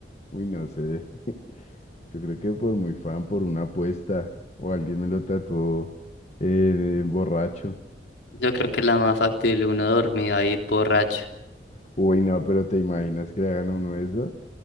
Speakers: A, on the left; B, on the left.
A: Uy, no sé. <laughs> Yo creo que por muy fan, por una apuesta. O alguien me lo tatuó eh, borracho.
B: Yo creo que es la más factible, uno dormido ahí borracho.
A: Uy, no, pero ¿te imaginas que le hagan a uno eso?